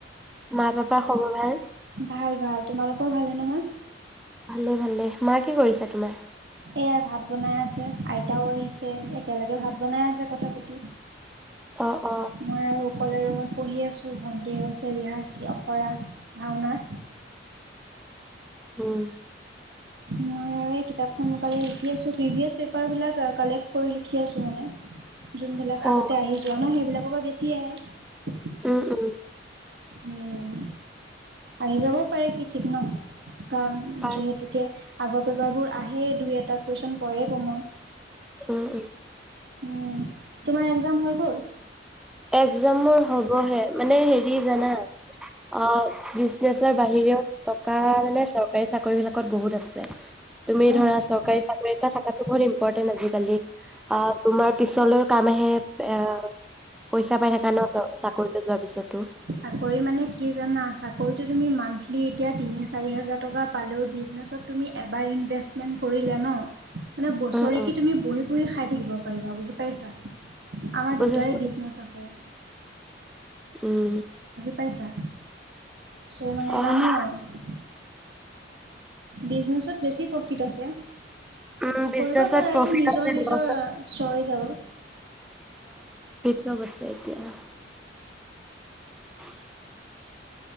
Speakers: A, in the centre; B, on the right.
A: মা পাপাৰ খবৰ ভাল।
B: ভাল ভাল তোমালোকৰ ভালেই নহয়।
A: ভালে ভালে মা কি কৰিছে তোমাৰ?
B: এতিয়া ভাত বনাই আছে আইতাও আহিছে একেলগে ভাত বনাই আছে কথা পাতি।
A: অঁ অঁ
B: মই আৰু অকলে ৰুমত পঢ়ি আছোঁ ভণ্টি গৈছে ৰিহাজ অখৰা। ভাওনাৰ।
A: উম
B: মই আৰু এই কিতাপখন মকালে লিখি আছোঁ প্ৰিভিয়াছ পেপাৰবিলাক কালেক্ট কৰি লিখি আছোঁ মানে। যোনবিলাক
A: অ',
B: আগতে আহি যোৱা ন সেইবিলাক কৰবা বেছি আহে
A: উম উম উম
B: উম আহি যাব পাৰে কি ঠিক ন কাৰণ
A: পাৰ
B: যিহেতুকে আগৰ পেপাৰবোৰ আহে দুই এটা কুৱেশ্যন পৰে কমন।
A: উম, উম,
B: উম, তোমাৰ এক্সজাম হৈ গ'ল?
A: এক্সজামৰ মোৰ হৈ গ'ল। অঁ হে মানে হেৰি জানা! অঁ বিজনেচৰ বাহিৰেও টকা মানে চৰকাৰী চাকৰি বিলাকত বহুত আছে। তুমি
B: হয়
A: ধৰা
B: নেকি
A: চৰকাৰী চাকৰিত থাকা বহুত ইম্পৰ্টেন্ট আজিকালি আহ তোমাৰ পিছলৈও কাম আহে এ পইচা পাই থাককা ন চ চাকৰিতো যোৱাৰ পিছতো।
B: চাকৰি মানে কি জানা চাকৰিটো তুমি মান্থলি এতিয়া তিনি চাৰি হাজাৰ টকা পালেও বিজনেছত তুমি এবাৰ ইনভেষ্টমেণ্ট কৰিলে ন মানে বছৰেক
A: উম উম
B: তুমি বহি পুৰি খাই থাকিব পাৰিবা বুজি পাইছা। আমাৰ
A: বুজিছো
B: দেউতাৰে বিজনেছ আছে।
A: উম
B: পইছা, চ' মানে
A: আহ
B: জানো আৰু বিজনেছত বেছি প্ৰফিট আছে
A: উম বিজনেচত
B: কৰিব পৰেতো
A: প্ৰফিট
B: নিজৰ
A: আছে
B: নিজৰ
A: লছ
B: চইজ আৰু।
A: চ বছে এতিয়া আহ <unintelligible>